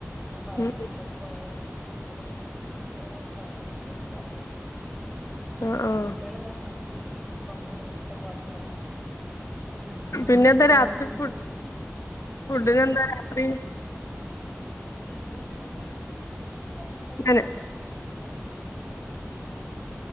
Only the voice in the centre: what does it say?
ഞാൻ പറയണ
സ്കൂള് പോയാലും. <unintelligible> പോവാണെങ്കിൽ ടീച്ചറോട് പറയണം. <unintelligible>
കുട്ടികള ഇങ്ങനെ മടിച്ചു മടിച്ച് നിക്കും നമ്മളെ വീട്ടൽത്തെ പോലെതന്നെ. അങ്ങനെ ആകുമ്പോ
സ്കൂളില്
<unintelligible>
ആഹ.
ഫുഡിന് ഞാൻ ഇന്ന് വത്തൾ
തേങ്ങ <unintelligible> ഉം